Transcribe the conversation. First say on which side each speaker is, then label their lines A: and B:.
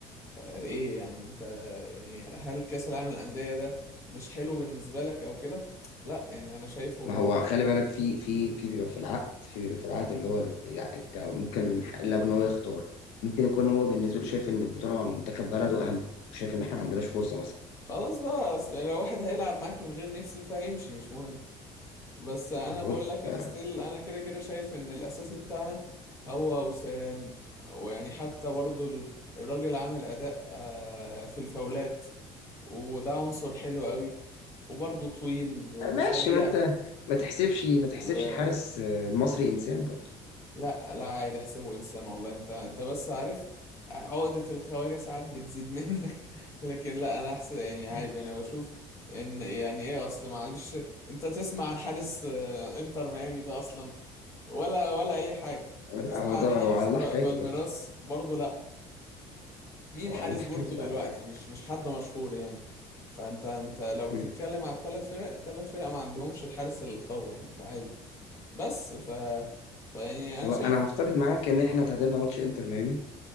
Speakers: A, on the left (about 25°); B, on the left (about 75°).
A: آه، ايه يعني انت يعني هل كاس العالم للانديه ده مش حلو بالنسبه لك او كده لا يعني انا شايفه
B: ما
A: انه
B: هو خلي بالك في في في بيبقى في العقد في بيبقى في العقد اللي هو لا أنت ممكن من حق اللاعب إن هو يختار ممكن يكون هو بالنسبة له شايف إن البطولة مع منتخب بلده أهم وشايف إن إحنا ما عندناش فرصة مثلا
A: خلاص بقى اصل لو واحد هيلعب معاك من غير نفس فهيمشي مش مهم بس انا
B: يعني بقول
A: بقول لك انا
B: آه،
A: ستيل انا كده كده شايف ان الاساسي بتاعنا هو وسام ويعني حتى برضو ال- الراجل عامل اداء آه، في الفاولات وده عنصر حلو قوي وبرضو طويل وسريع
B: ماشي ما أنت ما تحسبش ما تحسبش
A: ولا
B: حارس آه، المصري إنسان برضه
A: لا لا عادي احسبه انسان والله انت انت بس عارف عقدة الخواجة ساعات بتزيد <laughs> منك لكن لا انا احسن يعني عادي
B: عارف
A: انا بشوف ان يعني ايه اصل معلش انت تسمع عن حارس آه، انتر ميامي ده اصلا ولا ولا اي حاجه
B: لا
A: تسمع
B: هو ده
A: عن حارس
B: هو على الله
A: ب-
B: حكايته
A: بالميراس
B: برضه
A: برضه لا مين
B: هو
A: حارس
B: على الله حكايته
A: بورتو دلوقتي
B: العالم
A: مش مش حد مشهور يعني فانت انت لو بتتكلم
B: مم.
A: على الثلاث فرق الثلاث فرق ما عندهمش الحارس القوي يعني فعادي بس ف فيعني
B: خلاص
A: انا شايف
B: انا هفترض معاك ان احنا تعادلنا ماتش انتر ميامي